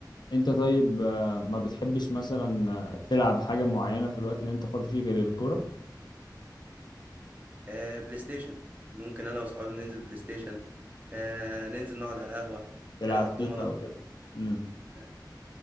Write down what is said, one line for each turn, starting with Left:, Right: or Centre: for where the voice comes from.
Left: انت طيب آه، ما بتحبش مثلا آه، تلعب حاجة معينة في الوقت اللي انت فاضي فيه غير الكورة
Right: آه بلاي ستيشن ممكن أنا وأصحابي ننزل بلاي ستيشن آه ننزل نقعد على قهوة
Left: تلعب
Right: نلعب
Left: لا
Right: دومنة
Left: فيفا او طبعا مم.
Right: آه،